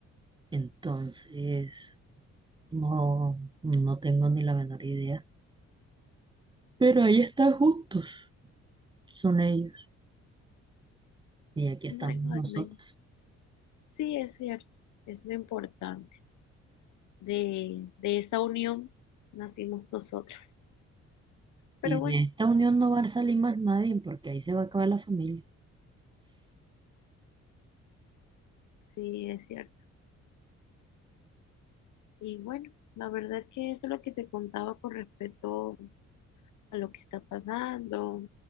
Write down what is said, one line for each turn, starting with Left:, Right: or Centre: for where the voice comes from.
Right: entonces No, no tengo ni la menor idea. Pero ahí están justos, son ellos. Y aquí estamos
Left: No hay- no
Right: nosotros.
Left: hay- no Sí, es cierto, es lo importante. De, de esa unión nacimos nosotras. Pero
Right: Y de
Left: bueno,
Right: esta unión no va a salir más nadie porque ahí se va a acabar la familia.
Left: sí, es cierto. Y bueno, la verdad es que eso es lo que te contaba con respecto a lo que está pasando,